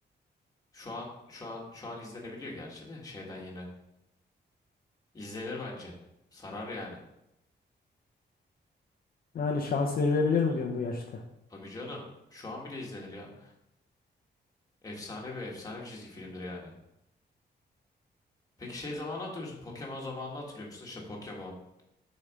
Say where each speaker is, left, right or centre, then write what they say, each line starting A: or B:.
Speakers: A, on the left; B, on the left.
A: Şu an şu an şu an izlenebiliyor gerçi de şeyden yine. İzlenir bence. Sarar yani.
B: Yani şans verilebilir mi diyorum bu yaşta.
A: Tabii canım. Şu an bile izlenir ya. Efsane bir efsane bir çizgi filmdir yani. Peki şey zamanı hatırlıyor musun? Pokemon zamanını hatırlıyor musun? İşte Pokemon.